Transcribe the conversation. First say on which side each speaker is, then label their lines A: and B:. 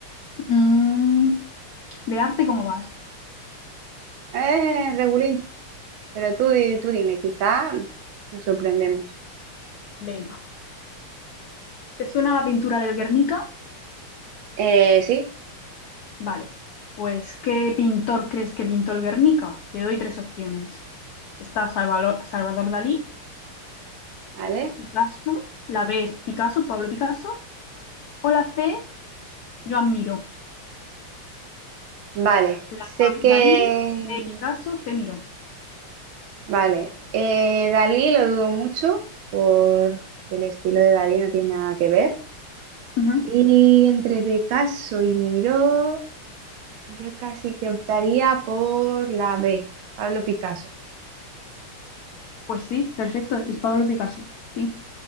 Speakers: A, on the left (about 85°); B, on the right (about 70°).
A: Mm, ¿de arte cómo vas?
B: Eh, Regulín, pero tú, di- tú dime, quizá nos sorprendemos.
A: Venga. ¿Te suena la pintura del Guernica?
B: Eh, sí,
A: Vale, pues ¿qué pintor crees que pintó el Guernica? Te doy tres opciones. Está Salvalo- Salvador, Dalí,
B: vale.
A: Picasso, la B es Picasso, Pablo Picasso, o la C, Joan Miró.
B: Vale,
A: La
B: sé
A: A,
B: que
A: Dalí, B, Picasso, C, Miró.
B: Vale, eh, Dalí lo dudo mucho porque el estilo de Dalí no tiene nada que ver.
A: Ujú.
B: Y entre Picasso y Miró, yo casi que optaría por la B, Pablo Picasso.
A: Pues sí, perfecto, es Pablo Picasso. Sí,